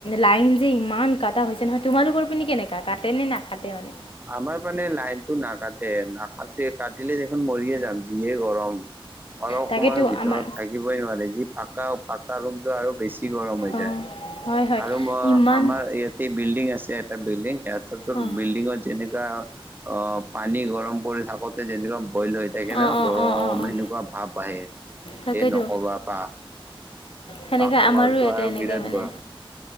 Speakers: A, on the left; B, on the right.
A: লাইন যে ইমান কাটা হৈছে নহয়, তোমালোকৰ পিনে কেনেকুৱা কাটেনে নাকাতে মানে?
B: আমাৰ মানে লাইনটো নাকাটে, নাকাটে কাটিলে দেখোন মৰিয়ে যাম যিহে গৰম। অলপ
A: তাকেতো
B: সময়ৰ ভিতৰত
A: আমাৰ
B: থাকিবই নোৱাৰে, যি পাকা পাকা ৰুমটো আৰু বেছি গৰম হৈ
A: অঁ
B: যায়।
A: হয় হয়
B: আৰু ম
A: ইমান
B: আমাৰ ইয়াতে বিল্ডিং আছে এটা বিল্ডিং, সিহঁতো
A: অঁ
B: বিল্ডিঙত যেনেকা অঁ পানী গৰম কৰি থাকোতে যেনেকুৱা বইল হয়। সেইকাৰণে
A: অঁ অঁ
B: গৰম
A: অঁ অঁ অঁ
B: সেনেকুৱা ভাৱ আহে।
A: তাকেতো
B: এ নকবা পা
A: সেনেকৈ
B: পাকা
A: আমাৰো
B: ঘৰটো
A: ইয়াতে
B: আৰু
A: এনেকৈ
B: বিৰাট
A: মানে
B: গৰম।